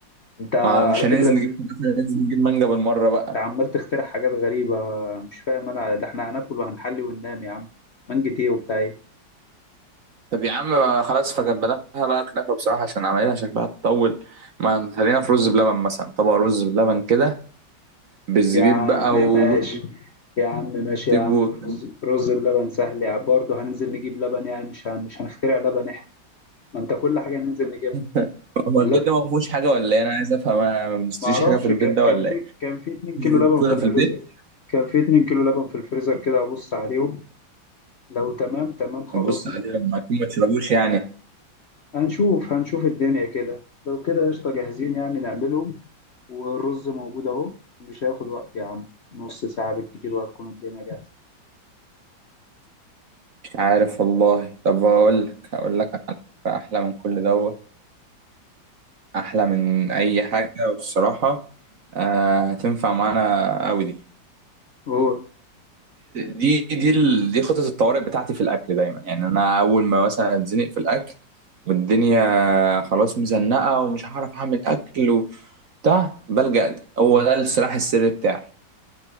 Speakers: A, on the left; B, on the right.
A: انت
B: ما مش
A: على
B: هننزل
A: فكره بت...
B: نجيب كنافه ننزل نجيب مانجا بالمره بقى
A: انت عمال تخترع حاجات غريبه مش فاهم انا ده احنا هناكل وهنحلي وننام يا عم مانجة ايه وبتاع ايه
B: طب يا عم ما خلاص فجبناها بقى كنافه بصراحه عشان عمايلها شكلها تطول ما خلينا في رز بلبن مثلا طبق رز بلبن كده بالزبيب
A: يا عم
B: بقى وجوز
A: ماشي يا عم ماشي
B: الطيب
A: يا عم
B: والكلام
A: رز, رز بلبن سهل يا عم برضه هننزل نجيب لبن يعني مش هن... مش هنخترع لبن احنا ما انت كل حاجه ننزل نجيبها
B: ده. <laughs> هو
A: ولا
B: البيت ده ما فيهوش حاجه ولا ايه انا عايز افهم انا ما بنشتريش
A: ما اعرفش
B: حاجه في البيت
A: ك-
B: ده
A: كان
B: ولا
A: في
B: ايه
A: كان في 2
B: مفيش
A: كيلو
B: غير
A: لبن
B: التونه
A: في الفريزر
B: في البيت
A: كان في 2 كيلو لبن في الفريزر كده ابص عليهم لو تمام تمام خلاص
B: بص
A: م-
B: عليه لما اكون ما تشربوش يعني
A: هنشوف هنشوف الدنيا كده لو كده قشطة جاهزين يعني نعملهم والرز موجود اهو مش هياخد وقت يا عم نص ساعة بالكتير وهتكون الدنيا جاهزة
B: مش عارف والله طب هقول لك هقول لك على فكرة احلى من كل دوت احلى من اي حاجه والصراحه آه هتنفع معانا قوي دي
A: هو
B: دي دي ال- دي خطه الطوارئ بتاعتي في الاكل دايما يعني انا اول ما مثلا اتزنق في الاكل والدنيا خلاص مزنقه ومش هعرف اعمل اكل وبتاع بلجأ ده هو ده السلاح السري بتاعي